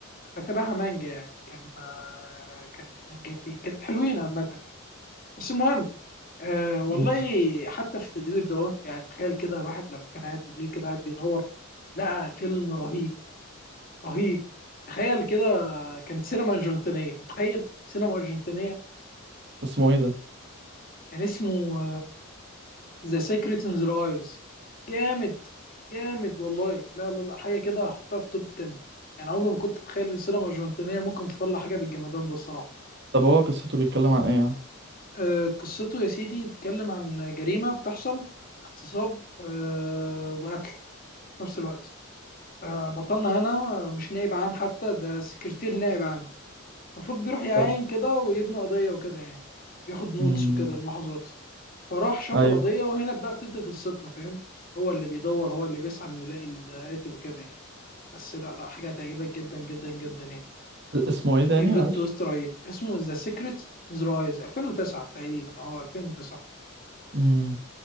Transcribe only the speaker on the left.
بتابعها مانجا يعني كان آه، كانت مانجتين كانت حلوين عامه يعني بس المهم أه والله
حتى في التدوير ده يعني تخيل كده الواحد لما كان قاعد بالليل كده قاعد بيدور لقى فيلم رهيب رهيب تخيل كده آه، كان سينما أرجنتينية متخيل سينما أرجنتينية
كان اسمه ذا سيكريت ان ذا ايز جامد جامد والله لا لا لا حاجه كده هحطها في توب 10 يعني عمري ما كنت اتخيل ان السينما الارجنتينيه ممكن تطلع حاجه بالجمدان ده الصراحه
آه، قصته يا سيدي بتتكلم عن جريمه بتحصل اغتصاب آه، وقتل في نفس الوقت آه، بطلنا هنا مش نائب عام حتى ده سكرتير نائب عام المفروض بيروح يعاين
كده ويبني قضيه وكده يعني ياخد نوتس
وكده ملاحظات فراح شاف
القضية وهنا بقى بتبدأ قصتنا فاهم هو اللي بيدور هو اللي بيسعى انه يلاقي القاتل وكده يعني بس لا لا حاجة هتعجبك جدا جدا جدا يعني
في بلوت
تويست رهيب اسمه ذا سيكريت ذا رايز 2009 تقريبا اه 2009